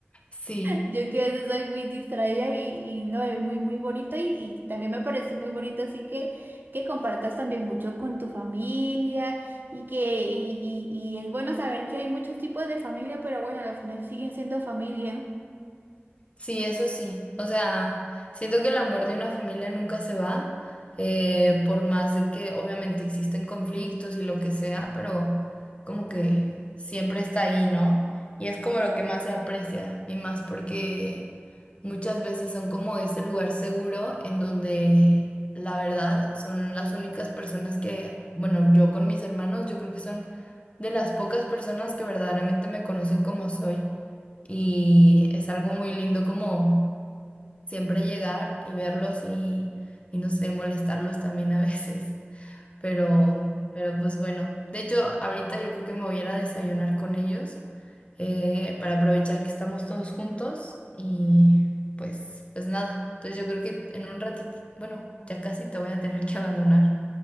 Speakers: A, on the left (about 30°); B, on the right (about 55°).
A: Sí.
B: Yo que a veces soy muy distraída y, y no, es muy, muy bonito y, y también me parece muy bonito, así que que compartas también mucho con tu familia y que y, y- y es bueno saber que hay muchos tipos de familia, pero bueno, al final siguen siendo familia.
A: Sí, eso sí. O sea, siento que el amor de una familia nunca se va, eh, por más de que obviamente existen conflictos y lo que sea, pero como que siempre está ahí, ¿no? Y es como lo que más se aprecia, y más porque muchas veces son como ese lugar seguro en donde la verdad son las únicas personas que, bueno, yo con mis hermanos, yo creo que son de las pocas personas que verdaderamente me conocen como soy. Y es algo muy lindo como siempre llegar y verlos y, y no sé, molestarlos también a veces. Pero, pero pues bueno, de hecho ahorita yo creo que me voy a ir a desayunar con ellos eh, para aprovechar que estamos todos juntos y pues, pues nada. Entonces yo creo que en un ratito, bueno, ya casi te voy a tener que <laughs> abandonar.